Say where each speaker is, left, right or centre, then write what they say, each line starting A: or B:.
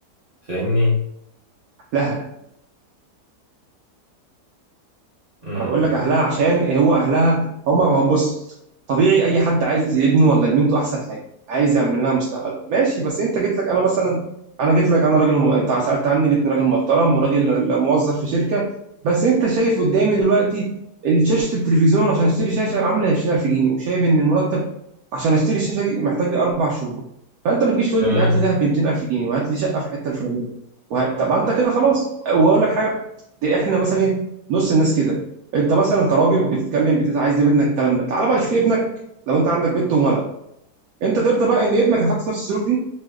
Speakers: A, on the right; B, on the right.
A: فاهمني؟
B: لا
A: امم
B: انا بقول لك اهلها عشان هو اهلها هم ما هو بص طبيعي اي حد عايز ابنه ولا بنته احسن حاجه عايز يعمل لها مستقبلها ماشي بس انت جيت لك انا مثلا انا جيت لك انا راجل م... انت سالت عني لقيتني راجل محترم وراجل موظف في شركه بس انت شايف قدامي دلوقتي شاشه التلفزيون عشان اشتري شاشه عامله 20000 جنيه وشايف ان المرتب عشان اشتري الشاشه دي محتاج لي اربع شهور فانت ما تجيش تقول
A: تمام
B: لي هات لي ده ب 200000 جنيه وهات لي شقه في الحته الفلانيه وه... طب انت كده خلاص واقول لك حاجه دي احنا مثلا ايه نص الناس كده انت مثلا كراجل بتتكلم بتت عايز يا ابنك الكلام ده تعالى بقى شوف ابنك لو انت عندك بنت وولد انت ترضى بقى ان ابنك يتحط في نفس الظروف دي